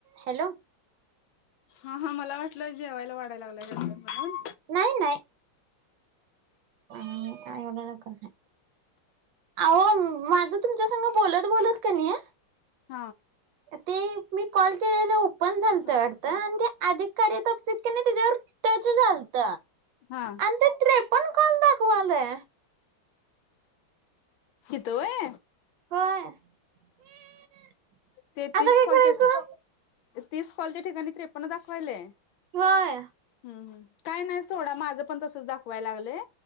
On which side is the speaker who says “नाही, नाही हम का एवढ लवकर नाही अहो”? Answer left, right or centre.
Right